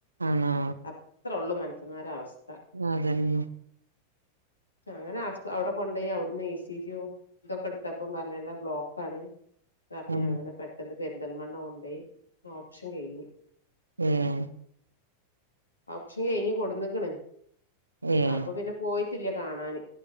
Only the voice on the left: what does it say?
അത്രൊള്ളൂ മൻസന്മാരേ അവസ്ഥ
അങ്ങനെ ആഹ് അവടെ കൊണ്ടയി അവ്ടുന്ന് എ സി ജിം തൊക്കെ എടുത്തപ്പൊ പറഞ്ഞൊലൊ ബ്ലോക്കാണ് പർഞ്ഞ്
അങ്ങനെ പെട്ടന്ന് പെരിന്തൽമണ്ണ കൊണ്ടേയി ഓപ്ഷൻ കെയ്ഞ്ഞ്
ഓപഷൻ കഴിഞ്ഞ് കൊടുന്ന ക്ക്ണ്
അപ്പൊ പിന്നെ. പോയിട്ടില്ല കാണാന്